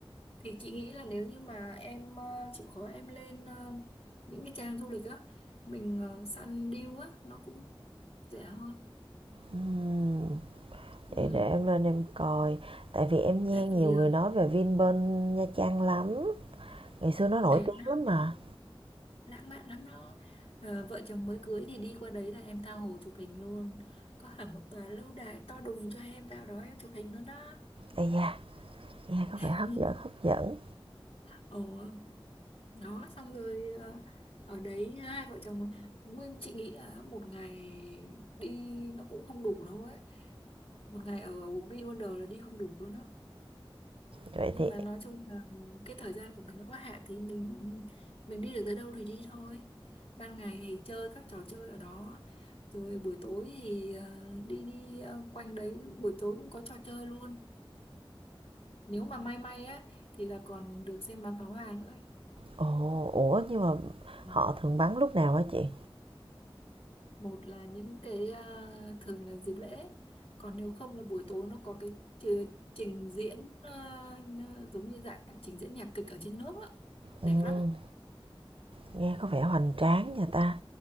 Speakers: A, on the left; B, on the right.
A: thì chị nghĩ là nếu như mà em ờ, chịu khó em lên ờ, những cái trang du lịch á mình ờ, săn deal á nó cũng rẻ hơn
B: Ừm,
A: ừ.
B: vậy để em lên em coi, tại vì em nghe
A: tại
B: nhiều
A: vì
B: người
A: ờ,
B: nói về Vin bên Nha Trang lắm, ngày xưa nó
A: đẹp
B: nổi tiếng
A: lắm
B: lắm
A: em,
B: mà.
A: lãng mạn lắm đó Ờ, vợ chồng mới cưới thì đi qua đấy là em tha hồ chụp hình luôn có hẳn một tòa lâu đài to đùng cho em vào đó em chụp hình luôn đó
B: Ây da, nghe có
A: <laughs>
B: vẻ hấp dẫn, hấp dẫn.
A: ồ đó xong rồi ờ, ở đấy hai vợ chồng nguyên chị nghĩ là một ngày đi nó cũng không đủ đâu ấy một ngày ở Ubi Wonder là đi không đủ luôn á
B: Vậy
A: nhưng
B: thì
A: mà nói chung là cái thời gian của mình nó có hạn thì mình mình đi được tới đâu thì đi thôi ban ngày thì chơi các trò chơi ở đó rồi buổi tối thì ờ, đi đi ờ, quanh đấy buổi tối cũng có trò chơi luôn nếu mà may may á thì là còn được xem bắn pháo hoa nữa ấy.
B: ồ, ủa nhưng mà
A: Ừ.
B: họ thường bắn lúc nào hả chị?
A: một là những cái à, thường là dịp lễ còn nếu không là buổi tối nó có cái chi- trình diễn à, n- giống như dạng trình diễn nhạc kịch ở trên nước á đẹp
B: Ừm,
A: lắm
B: nghe có vẻ hoành tráng nha ta.